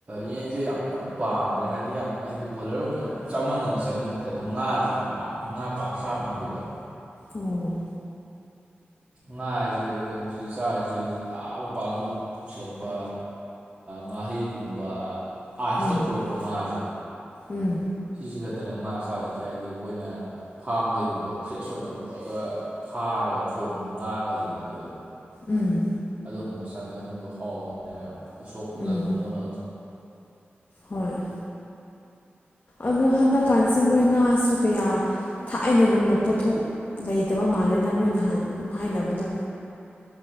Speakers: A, on the right; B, on the left.
A: ꯌꯦꯟꯁꯦ ꯌꯥꯝ ꯀꯟꯅ ꯄꯥꯝꯗ꯭ꯔꯦ ꯍꯥꯟꯅꯗꯤ ꯌꯥꯝ ꯍꯥꯏꯗꯤ ꯕꯣꯏꯂꯔꯒꯨꯝꯕ ꯆꯥꯃꯟꯗꯅ ꯆꯥꯅꯤꯡꯉꯛꯇꯔꯧ ꯑꯗꯣ ꯉꯥꯗꯤ ꯌꯥꯝ ꯄꯥꯝꯃꯤ ꯉꯥ ꯄꯥꯛ ꯆꯥ ꯐꯪꯗꯦꯕ
B: ꯑꯣ
A: ꯉꯥ ꯍꯥꯏꯁꯦ ꯀꯩꯅꯣꯁꯤꯗ ꯆꯥꯔꯤꯁꯦ ꯑꯥ ꯃꯄꯥꯜ ꯂꯝꯗꯩꯁꯨ ꯄꯨꯁꯤꯜꯂꯛꯄ ꯉꯥꯍꯩꯒꯨꯝꯕ ꯑꯥꯏꯁꯇ
B: ꯎꯝ
A: ꯄꯨꯔꯛꯄ ꯉꯥꯁꯦ
B: ꯎꯝ
A: ꯁꯤꯖꯤ ꯈꯛꯇꯅꯦ ꯉꯥ ꯆꯥꯔꯛꯏꯁꯦ ꯍꯥꯏꯗꯤ ꯑꯩꯈꯣꯏꯅ ꯐꯥꯔꯝꯗꯩꯒꯨꯝꯕ ꯐ꯭ꯔꯦꯁ ꯑꯣꯏꯅ ꯄꯨꯔꯛꯑꯒ ꯐꯥꯔꯒ ꯊꯣꯡꯕ ꯉꯥꯒ ꯂꯩꯗꯅ ꯑꯗꯨꯝ
B: ꯎꯝ
A: ꯑꯗꯨꯒꯨꯝꯕ ꯆꯥꯅꯩ ꯑꯗꯨꯨꯝꯕ ꯍꯥꯎꯕꯅꯦꯕ ꯌꯥꯝ ꯎꯁꯣꯞꯀꯨꯝꯕꯗ
B: ꯎꯝ
A: ꯕꯥꯃꯣꯟꯅ
B: ꯍꯣꯏ ꯑꯗꯣ ꯍꯟꯗꯛꯀꯥꯟꯁꯦ ꯃꯣꯏ ꯉꯥꯁꯨ ꯀꯌꯥ ꯊꯥꯏꯅꯒꯨꯝꯅ ꯄꯣꯠꯊꯣꯛ ꯂꯩꯇꯕ ꯃꯥꯜꯂꯦꯗ ꯃꯣꯏ ꯅꯍꯥꯟ ꯑꯗꯨꯝ ꯍꯥꯏꯅꯕꯗꯣ